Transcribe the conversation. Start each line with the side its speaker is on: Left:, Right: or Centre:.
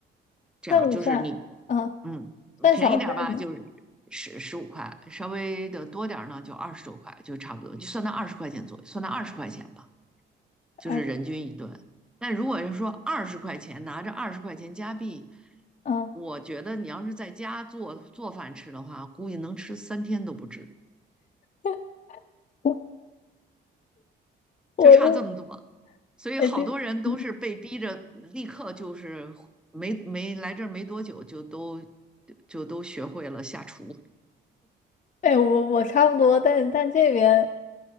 Left: 算不算？
Centre: 这样就是你，
Left: 嗯。
Centre: 嗯，
Left: 算小费吗？
Centre: 便宜点儿吧，就是十十五块，稍微的多点儿呢，就二十多块，就差不多，就算到二十块钱左右，算到二十块钱吧，就是人均一顿。
Left: 哎，
Centre: 但如果是说二十块钱，拿着二十块钱加币，
Left: 嗯，
Centre: 我觉得你要是在家做做饭吃的话，估计能吃三天都不止，
Left: <laughs> 我我就
Centre: 就差这么多。所以好多人都是被逼着立刻就是没没来这儿没多久就都
Left: 哎，其实嗯
Centre: 就都学会了下厨。
Left: 哎，我我差不多，但但这边